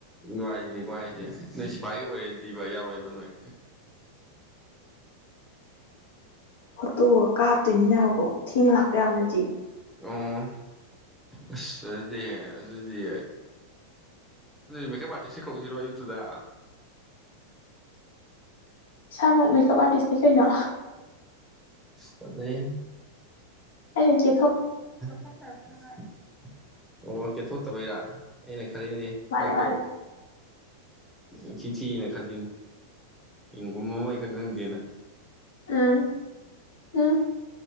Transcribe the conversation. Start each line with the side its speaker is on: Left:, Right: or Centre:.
Centre: ꯂꯥꯢꯒꯤꯅꯤꯀꯣ ꯍꯥꯏꯁꯦ ꯅꯣꯏ ꯁꯤꯐꯥꯏꯒ ꯑꯣꯏꯔꯗꯤꯕ ꯌꯥꯔꯣꯏꯕ ꯅꯣꯏ
Left: ꯐꯣꯇꯣ ꯀꯥꯞꯇꯣꯏꯅꯤꯅꯀꯣ ꯊꯤꯅ ꯂꯥꯛꯄ ꯌꯥꯕ ꯅꯠꯇꯦ
Centre: ꯎꯝ ꯑꯁ ꯑꯗꯨꯗꯤ ꯑꯗꯨꯗꯤ ꯃꯦꯛꯀꯞ ꯑꯥꯔꯇꯤꯁꯀ ꯀꯧꯁꯤꯔꯣ ꯑꯌꯨꯛꯇꯨꯗ
Left: <inaudible> ꯏꯁꯥꯃꯛ ꯃꯦꯀꯞ
Centre: ꯎꯝ
Left: ꯑꯥꯔꯇꯤꯁꯅꯤ ꯀꯩꯅꯣ
Centre: ꯐꯖꯩ
Left: ꯑꯩꯅ ꯆꯦꯞ
Centre: ꯐꯠꯇꯕꯅ ꯅꯣꯢ <inaudible> ꯑꯣ ꯀꯦꯊꯣꯛꯇꯕꯩꯔꯥ ꯑꯩꯅ ꯈꯜꯂꯤꯅꯦ
Left: ꯃꯥꯅꯦ
Centre: ꯁꯛꯇꯣ
Left: ꯃꯥꯅꯦ
Centre: ꯏꯊꯤ ꯊꯤꯅ ꯈꯜꯂꯤꯅꯦ ꯌꯦꯡꯐꯝ ꯑꯃ ꯏꯈꯪ ꯈꯪꯗꯦꯅ
Left: ꯎꯝ ꯎꯝ